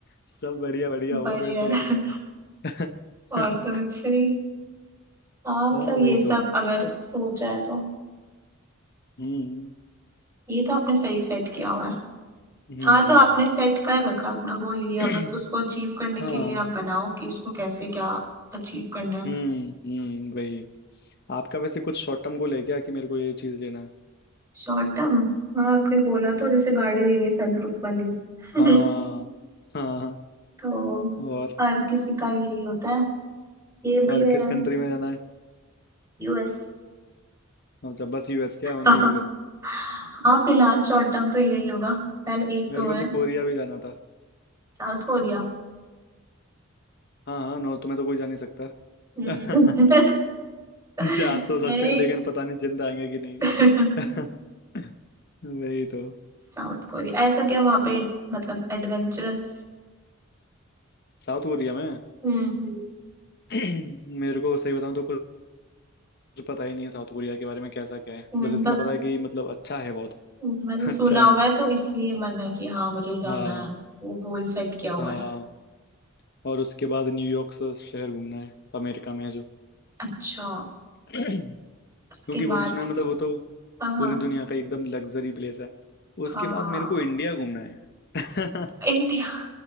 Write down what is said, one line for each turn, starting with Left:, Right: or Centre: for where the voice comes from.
Left: सब बढ़िया बढ़िया होगा
Right: बढ़िया
Left: फिर तो और
Right: है।
Left: क्या है <laughs>
Right: और
Left: हाँ
Right: तो कुछ नहीं हाँ
Left: हाँ,
Right: मतलब
Left: वही
Right: ये सब
Left: तो
Right: अगर सोचा है तो
Left: हम्म
Right: ये तो आपने सही सेट किया हुआ है
Left: हम्म
Right: हाँ तो आपने सेट कर रखा अपना गोल लिया
Left: <clears throat>
Right: बस उसको अचीव करने
Left: हाँ
Right: के लिए आप बनाओ कि उसको कैसे क्या अचीव करना है
Left: हम्म हम्म वही आपका वैसे कुछ शॉर्ट टर्म गोल है क्या कि मेरे को ये चीज लेना है
Right: शॉर्ट टर्म हाँ आपने बोला
Left: हम्म,
Right: तो जैसे गाड़ी लेनी है सनप्रूफ वाली
Left: हाँ
Right: <laughs>
Left: हाँ
Right: तो
Left: और
Right: हर किसी का यही होता है ये भी
Left: और
Right: है
Left: किस कंट्री में जाना है
Right: यूएस
Left: अच्छा बस यूएस क्या ओनली
Right: हाँ
Left: यूएस
Right: <laughs> हाँ फिलहाल शॉर्ट टर्म तो यही होगा पहले एक
Left: मेरे
Right: तो है
Left: को तो कोरिया भी जाना था
Right: South Korea
Left: हाँ हाँ नॉर्थ में तो कोई जा नहीं सकता
Right: हम्म।
Left: <laughs>
Right: <laughs>
Left: जा तो सकते
Right: नहीं
Left: हैं लेकिन पता नहीं जिंदा आएंगे कि नहीं
Right: अच्छा
Left: <laughs> वही तो
Right: साउथ कोरिया ऐसा क्या वहां पे मतलब एडवेंचरस
Left: साउथ कोरिया में
Right: हम्म
Left: <clears throat> मेरे को सही बताऊं तो कुछ पता ही नहीं है साउथ कोरिया के बारे में कैसा क्या है
Right: हम्म,
Left: बस इतना
Right: बस
Left: पता है कि मतलब अच्छा है बहुत
Right: हम्म,
Left: <laughs>
Right: मैंने सुना
Left: अच्छा है
Right: हुआ है तो इसलिए मन है कि हाँ मुझे जाना
Left: हाँ
Right: है वो गोल सेट किया हुआ
Left: हाँ
Right: है
Left: और उसके बाद न्यूयॉर्क से शहर घूमना है अमेरिका में है जो <clears throat>
Right: अच्छा
Left: क्योंकि
Right: उसके
Left: वो
Right: बाद
Left: भी सुना है मतलब वो तो
Right: हाँ
Left: पूरी
Right: हाँ
Left: दुनिया का एकदम लग्जरी प्लेस है उसके
Right: हाँ
Left: बाद मेरे को इंडिया घूमना है <laughs>
Right: इंडिया